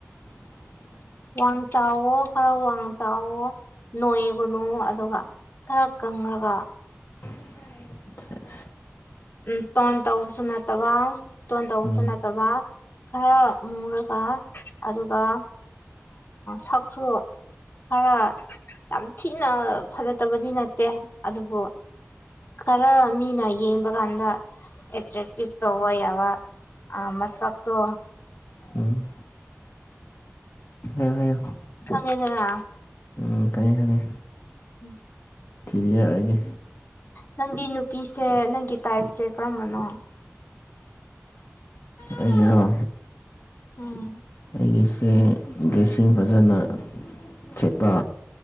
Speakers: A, on the left; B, on the left.
A: <inaudible>
B: ꯋꯥꯡ ꯆꯥꯎꯋꯣ ꯈꯔ ꯋꯥꯡ ꯆꯥꯎꯋ ꯅꯣꯏꯒꯅꯨ ꯑꯗꯨꯒ ꯈꯔ ꯀꯪꯉꯒ
A: ꯑ
B: ꯎ ꯇꯣꯟꯣꯟ ꯇꯧꯕꯁꯨ ꯅꯠꯇꯕ ꯇꯣꯟꯣꯟ ꯇꯧꯕꯁꯨ
A: ꯎꯝ
B: ꯅꯠꯇꯕ ꯈꯔ ꯃꯨꯔꯒ ꯑꯗꯨꯒ ꯁꯛꯁꯨ ꯈꯔ ꯌꯥꯝ ꯊꯤꯅ ꯐꯖꯠꯇꯕꯗꯤ ꯅꯠꯇꯦ ꯑꯗꯨꯕꯨ ꯈꯔ ꯃꯤꯅ ꯌꯦꯡꯕ ꯀꯥꯟꯗ ꯑꯦꯇ꯭ꯔꯦꯛꯇꯤꯞ ꯇꯧꯕ ꯌꯥꯕ ꯑ ꯃꯁꯥꯛ ꯇꯣ
A: ꯎꯝ ꯍ ꯍꯣꯏ
B: ꯈꯪꯉꯦꯗꯅ
A: ꯎꯝ ꯈꯪꯉꯦ ꯈꯪꯉꯤ
B: ꯎꯝ
A: ꯊꯤꯕꯤ ꯌꯥꯔꯒꯦ
B: ꯅꯪꯗꯤ ꯅꯨꯄꯤꯁꯦ ꯅꯪꯒꯤ ꯇꯥꯏꯞꯁꯦ ꯀꯔꯝꯕꯅꯣ
A: ꯑꯩꯖꯔꯣ
B: ꯎꯝ
A: ꯑꯩꯒꯤꯁꯦ ꯗ꯭ꯔꯦꯁꯤꯡ ꯐꯖꯅ ꯁꯦꯠꯄ